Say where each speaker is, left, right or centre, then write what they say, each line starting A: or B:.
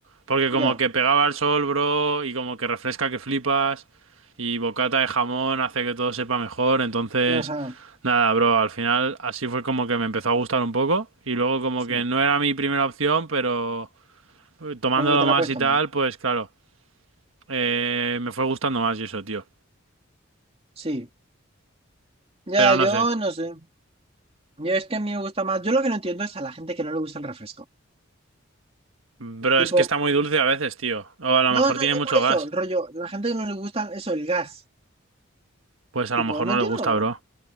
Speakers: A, on the right; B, on the right.
A: Porque como
B: ya,
A: que pegaba al sol, bro, y como que refresca que flipas, y bocata de jamón hace que todo sepa mejor, entonces...
B: ajá,
A: Nada, bro, al final así fue como que me empezó a gustar un poco y luego como
B: sí.
A: que no era mi primera opción, pero eh, tomándolo
B: Como que te
A: más
B: la puedes
A: y
B: tomar.
A: tal, pues claro. Eh, me fue gustando más y eso, tío.
B: Sí, ya,
A: Pero no
B: yo
A: sé.
B: no sé. Yo es que a mí me gusta más. Yo lo que no entiendo es a la gente que no le gusta el refresco.
A: Bro,
B: Tipo,
A: es que está muy dulce a veces, tío. O a lo
B: no,
A: mejor
B: no,
A: tiene
B: no
A: mucho
B: por eso,
A: gas.
B: el rollo. La gente que no le gusta eso, el gas.
A: Pues a
B: Tipo,
A: lo mejor
B: no
A: no
B: entiendo.
A: le gusta, bro.